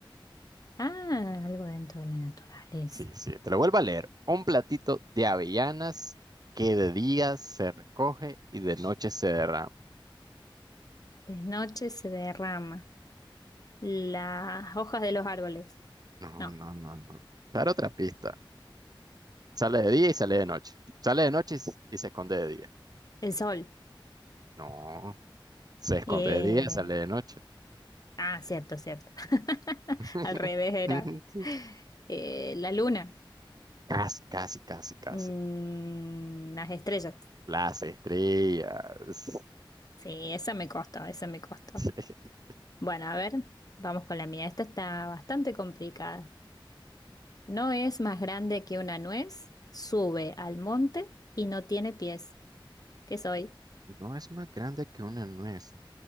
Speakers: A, on the left; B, on the right.
A: Ah, algo dentro de la naturaleza.
B: Sí, sí, te lo vuelvo a leer. Un platito de avellanas que de día se recoge y de noche se derrama.
A: De noche se derrama las hojas de los árboles.
B: No,
A: No,
B: no, no, no. Dar otra pista. Sale de día y sale de noche. Sale de noche y, s- y se esconde de día.
A: el sol.
B: No. Se esconde
A: Eh,
B: de día, sale de noche.
A: Ah, cierto, cierto. <laughs>
B: <laughs>
A: Al revés era
B: Sí.
A: eh, la luna,
B: Casi, casi, casi, casi.
A: mm, las estrellas.
B: Las estrellas.
A: Sí, esa me costó, esa me costó.
B: <laughs>
A: Bueno, a ver, vamos con la mía. Esta está bastante complicada. No es más grande que una nuez, sube al monte y no tiene pies. ¿Qué soy?
B: No es más grande que una nuez.